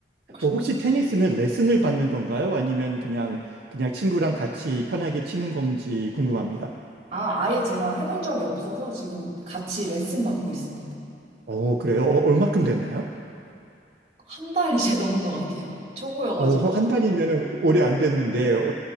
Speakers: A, on the right; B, on the right.
A: 혹시
B: 어, 혹시 테니스는 레슨을 받는 건가요? 아니면 그냥 그냥 친구랑 같이 편하게 치는 건지 궁금합니다.
A: 아, 아예 제가 해본 적이 없어서 지금 같이 레슨 받고 있습니다.
B: 어, 그래요? 어, 얼마큼 됐나요?
A: 한 달 이제 <laughs> 넘은 것 같아요. 초보여가지고.
B: 어, 한 달이면 오래 안 됐는데 어,